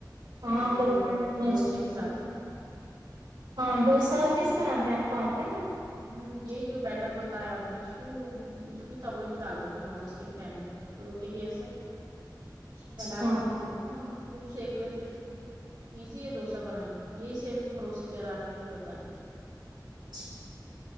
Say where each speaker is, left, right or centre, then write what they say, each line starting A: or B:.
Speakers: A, on the right (about 85°); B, on the right (about 60°).
A: ہاں
B: اڈلی
A: کوکونٹ
B: اور
A: چٹنی
B: ڈوسے
A: اچھی لگتی
B: کے ساتھ
A: ہے ہاں ڈوسا کیسے بناتے ہیں آپ کو آتا ہے بنانا
B: ہوں یہی جو بیٹر بتایا آپ نے اس کو اس کو توے پہ ڈال دیتی نان اسٹک پین میں روٹی کے جیسا اسے
A: اچھا
B: پھیلا دیتے گول ہاں پھر سیکھ لیتے اس کو ایزی ہے ڈوسا بنانا یہی سیم پروسیجر ہے آپ نے جو بتائے تھے
A: اچھا